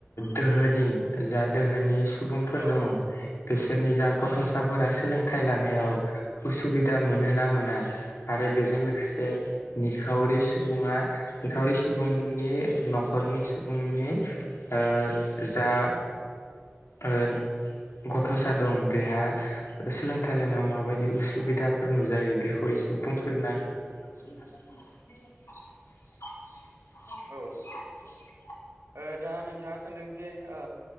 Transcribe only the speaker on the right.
औ
औ औ ओ दा नोंथाङा सोंदों जे ओ